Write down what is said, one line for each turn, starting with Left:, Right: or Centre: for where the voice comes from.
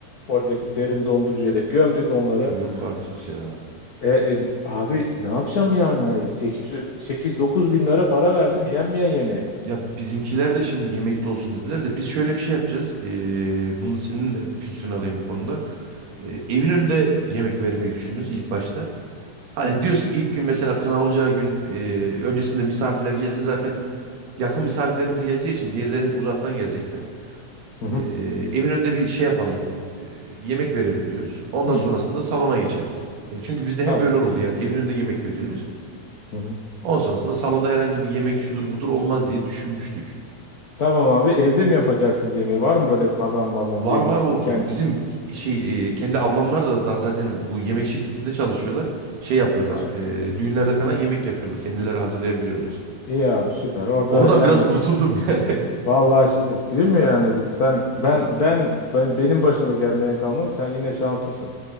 Left: oradaki derin dondurucuya da gömdük onları.
Right: Yok artık
Left: Ş-
Right: ya.
Left: E, e, abi ne yapacağım yani? 800 8-9 bin lira para verdim yenmeyen yemeği.
Right: Ya bizimkiler de şimdi yemekli olsun dediler de biz şöyle bir şey yapacağız. Ee, bunu senin de fikrini alayım bu konuda. Ee, evin önünde yemek vermeyi düşünüyoruz ilk başta. Hani
Left: Hı hı,
Right: diyoruz ki ilk gün mesela kına olacağı gün e, öncesinde misafirler gelir. Zaten yakın misafirlerimiz geleceği için diğerleri hep uzaktan gelecekler.
Left: hı
Right: Ee,
Left: hı,
Right: evin önünde bir şey yapalım. Ee, yemek verelim diyoruz. Ondan
Left: hı.
Right: sonrasında salona geçeriz. Yani Çünkü bizde
Left: Tamam.
Right: hep böyle olurdu yani evin önünde yemek verilir.
Left: Hı hı.
Right: Ondan sonrasında salonda herhangi bir yemek şudur budur olmaz diye düşünmüştük.
Left: Tamam abi evde mi yapacaksınız yemeği? Var mı böyle kazanmazan
Right: Var
Left: büyük
Right: var o
Left: kent?
Right: bizim şey e, kendi ablamlar da, da zaten bu yemek şirketinde çalışıyorlar. Şey yapıyorlar.
Left: Ay,
Right: e, düğünlerde falan yemek yapıyorlar. Kendileri hazırlayabiliyorlar.
Left: iyi abi süper. Orada
Right: Oradan
Left: yani
Right: biraz kurtuldum yani.
Left: Vallahi ş- işte değil mi yani sen ben ben ben benim başıma gelmeyen kalmadı sen yine şanslısın.